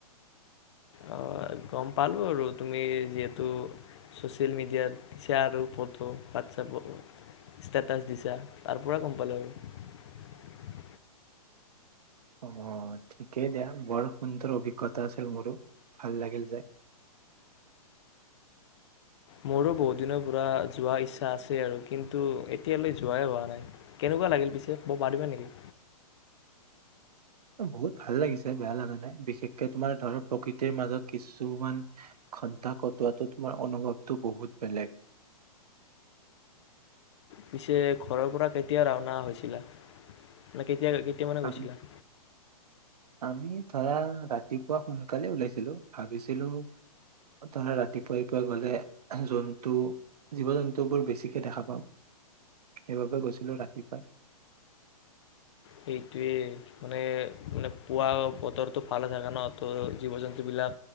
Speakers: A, on the left; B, on the right.
A: অঁ, গম পালোঁ আৰু তুমি যিহেতু ছ'চিয়েল মিডিয়াত দিছা আৰু ফটো হোৱাটছএপত ষ্টেটাছ দিছা তাৰ পৰা গম পালোঁ আৰু
B: অ ঠিকেই দিয়া বৰ সুন্দৰ অভিজ্ঞতা আছিল মোৰো ভাল লাগিল যে
A: মোৰো বহুত দিনৰ পৰাূ যোৱা ইচ্ছা আছে আৰু কিন্তু এতিয়ালৈ যোৱাই হোৱা নাই কেনেকুৱা লাগিল পিছে ক'ব পাৰিবা নেকি
B: বহুত ভাল লাগিছে বেয়া লগা নাই বিশেষকে তোমাৰ ধৰ প্ৰকৃতিৰ মাজত কিছুমান ঘণ্টাা কটোৱাটো তোমাৰ অনুভৱটো বহুত বেলেগ
A: পিছে ঘৰৰ পৰা কেতিয়া ৰাওনা হৈছিলে মানে তিয়া কেতিয়া মানে গৈছিলা
B: আমি আমি ধৰা ৰাতিপুৱা সোনকালে ওলাইছিলো ভাবিছিলো ধৰা ৰাতিপুৱাইপুৱাই গলে জন্তু জীৱ জন্তুবোৰ বেছিকে দেখা পাম সেইবাবে গৈছিলো ৰাতিপুৱাই
A: সেইটোৱে মানে মানে পুৱ বতৰটো ভালে থাকে ন ত' জীৱ জন্তুবিলাক